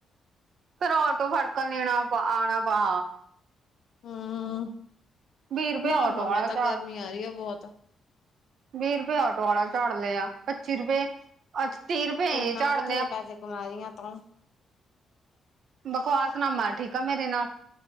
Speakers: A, on the right (about 65°); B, on the left (about 65°).
A: ਫਿਰ ਆਟੋ ਫੜਕਣ ਦੇਣਾ ਆਉਣਾ ਪਾ।
B: ਹੂੰ
A: ਵੀਹ ਰੁਪਏ
B: ਨਾ
A: ਟੋ
B: ਮੈਂ
A: ਵਾਲਾ
B: ਤਾਂ
A: ਚਾਰ।
B: ਗਰਮੀ ਆ ਰਹੀ ਆ ਬਹੁਤ
A: ਵੀਹ ਰੁਪਏ ਆਟੋ ਵਾਲਾ ਝਾੜ ਲਿਆ, ਪੱਚੀ ਰੁਪਏ। ਅੱਛ ਤੀਹ ਰੁਪਏ
B: ਕੋਈ ਨਾ
A: ਝਾੜਨੇ
B: ਬਥੇਰੇ
A: ਆ।
B: ਪੈਸੇ ਕਮਾ ਰਹੀ ਆ ਤੂੰ
A: ਬਕਵਾਸ ਨਾ ਮਾਰ ਠੀਕ ਆ ਮੇਰੇ ਨਾਲ।